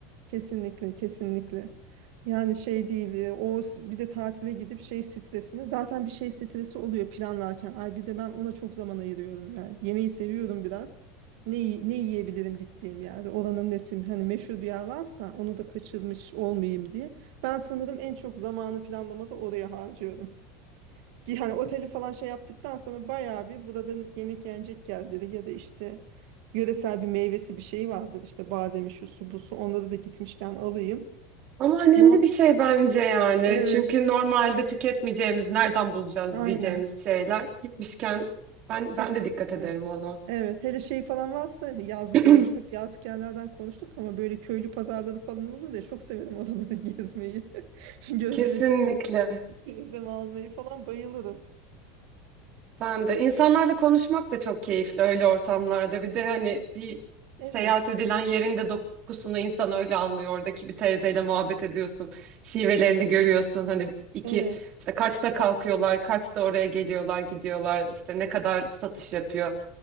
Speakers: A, on the right; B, on the right.
A: Kesinlikle, kesinlikle. Yani şey değil, e, o s- bir de tatile gidip şey stresine zaten bir şey stresi oluyor planlarken. Ay bir de ben ona çok zaman ayırıyorum yani. Yemeği seviyorum biraz. Ne, yi- ne yiyebilirim gittiğim yerde. Oranın nesi hani meşhur bir yer varsa onu da kaçırmış olmayayım diye. Ben sanırım en çok zamanı planlamada oraya harcıyorum. Ki hani oteli falan şey yaptıktan sonra bayağı bir buradan yemek yenecek geldi dedi. ya da işte yöresel bir meyvesi bir şey vardı işte bademi şu su bu su onları da gitmişken alayım.
B: Ama önemli
A: Muhak
B: bir şey bence yani.
A: evet
B: Çünkü normalde tüketmeyeceğimiz, nereden bulacağız
A: aynen
B: diyeceğimiz şeyler gitmişken ben
A: kesinlikle.
B: ben de dikkat ederim ona.
A: Evet hele şey falan varsa yazlık
B: <clears throat>
A: yere hep yazlık yerlerden konuştuk ama böyle köylü pazarları falan olur ya çok severim oraları gezmeyi. <laughs> Gözlemeci
B: Kesinlikle.
A: gözleme almayı falan bayılırım.
B: Ben de. İnsanlarla konuşmak da çok keyifli öyle ortamlarda. Bir de hani bir
A: Evet
B: seyahat edilen yerin de dokusunu insan öyle anlıyor. Oradaki bir teyzeyle muhabbet ediyorsun. Şivelerini görüyorsun. Hani iki
A: evet
B: işte kaçta kalkıyorlar, kaçta oraya geliyorlar, gidiyorlar. İşte ne kadar satış yapıyor.